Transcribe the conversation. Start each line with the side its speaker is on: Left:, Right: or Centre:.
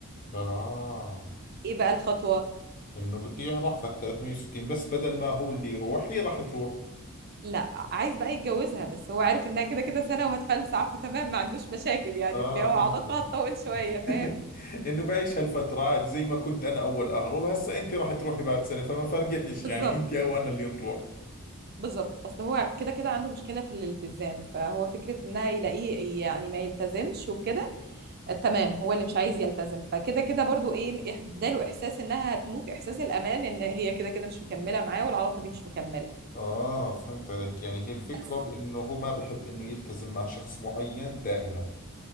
Left: اه
Right: ايه بقى الخطوة
Left: انه بده يعرفها ال 360 بس بدل ما هو اللي يروح هي راح تروح
Right: لا عايز بقى يتجوزها بس هو عارف انها كده كده سنة وهتفلسع فتمام ما عندوش مشاكل يعني
Left: اه
Right: اللي هو
Left: فهمت
Right: علاقة
Left: علي.
Right: هتطول شوية فاهم
Left: <laughs> انه بعيش هالفترة عادي زي ما كنت انا اول اهرب هسا انت راح تروحي بعد سنة فما فرقتش
Right: بالظبط
Left: يعني انت او انا اللي نروح
Right: بالظبط اصل هو كده كده عنده مشكلة في الالتزام فهو فكرة انها يلاقيه يعني ما يلتزمش وكده تمام هو اللي مش عايز يلتزم فكده كده برضو ايه إح- اداله احساس انها هتموت احساس الامان ان هي كده كده مش مكملة معاه والعلاقة دي مش مكملة
Left: اه فهمت عليك يعني هي الفكرة
Right: بس
Left: بانه هو ما بحب انه يلتزم مع شخص معين دائما